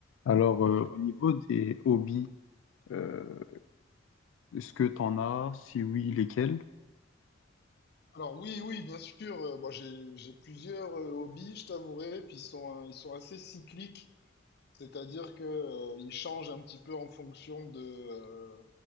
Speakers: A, on the left; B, on the left.
A: Alors, euh, au niveau des hobbies, euh, est-ce que tu en as? Si oui, lesquels?
B: Alors oui, oui, bien sûr. euh, Bon, j'ai j'ai plusieurs euh, hobbies, je t'avouerai, puis ils sont euh, ils sont assez cycliques, c'est-à-dire que euh, ils changent un petit peu en fonction de, euh,